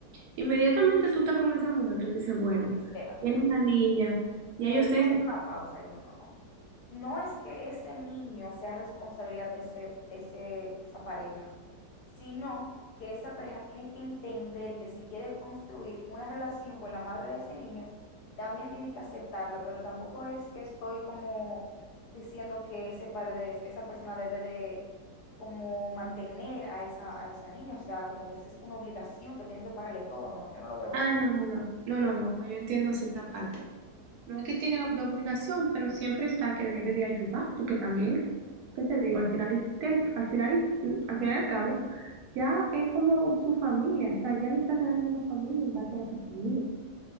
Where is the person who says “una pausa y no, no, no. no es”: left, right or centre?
Left